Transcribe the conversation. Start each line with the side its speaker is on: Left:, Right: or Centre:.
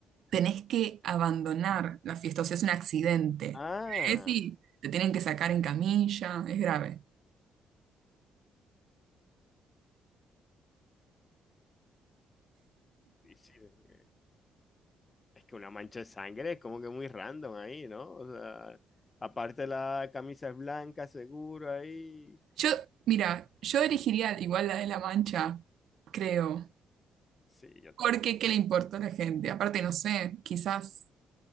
Right: tenés que abandonar la fiesta, o sea, es un accidente.
Left: Ah,
Right: Es y te tienen que sacar en camilla, es grave.
Left: difícil. Es que una mancha de sangre es como que muy random ahí, ¿no? O sea, aparte la camisa es blanca, seguro ahí.
Right: Yo, mira, yo elegiría igual la de La Mancha, creo,
Left: Sí, yo
Right: porque
Left: también.
Right: ¿qué le importa a la gente? Aparte, no sé, quizás